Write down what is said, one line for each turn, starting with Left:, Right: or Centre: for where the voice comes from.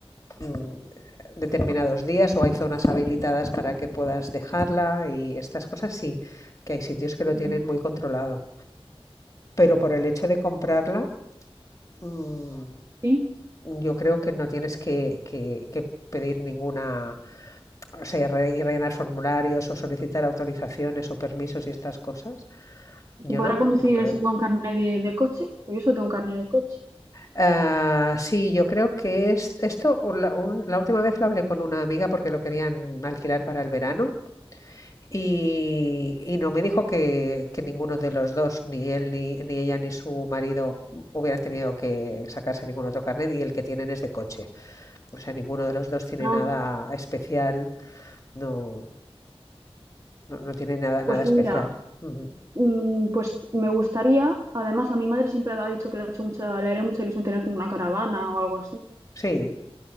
Left: mm, determinados días o hay zonas habilitadas para que puedas dejarla y estas cosas sí, que hay sitios que lo
Right: Ujú.
Left: tienen muy controlado. Pero por el hecho de comprarla, mm,
Right: Sí.
Left: yo creo que no tienes que, que, que pedir ninguna, o sea, re, y rellenar formularios o solicitar autorizaciones o permisos y estas cosas.
Right: ¿Se
Left: Yo
Right: podrá
Left: no,
Right: conducir
Left: no creo.
Right: eso con carnet de, de coche? Pues yo solo tengo carnet de coche.
Left: Ah, sí, yo creo que es, esto o la, un- la última vez lo hablé con una amiga porque lo querían alquilar para el verano y, y no me dijo que, que ninguno de los dos, ni él, ni, ni ella, ni su marido hubieran tenido que sacarse ningún otro carnet y el que tienen es de coche. O sea, ninguno de los dos tiene
Right: Ah,
Left: nada especial, no, no, no tiene nada, nada
Right: pues
Left: especial.
Right: mira,
Left: Ujú.
Right: mm, pues me gustaría, además a mi madre siempre le ha dicho que le ha hecho mucha, le haría mucha ilusión tener como una caravana o algo así.
Left: Sí,